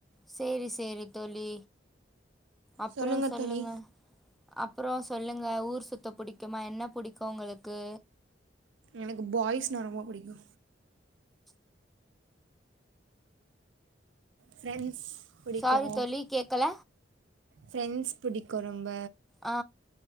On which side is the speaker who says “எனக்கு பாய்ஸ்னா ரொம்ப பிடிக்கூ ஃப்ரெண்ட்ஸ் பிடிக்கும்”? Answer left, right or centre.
Right